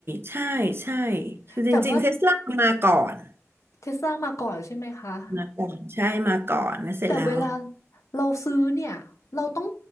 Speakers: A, on the right; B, on the left.
A: ใช่ใช่คือจริงๆเทสลามาก่อน
B: แต่ว่าเทสลามาก่อนใช่ไหมคะ
A: มาก่อนใช่มาก่อนแล้วเสร็จแล้ว
B: แต่เวลาเราซื้อเนี่ยเราต้อง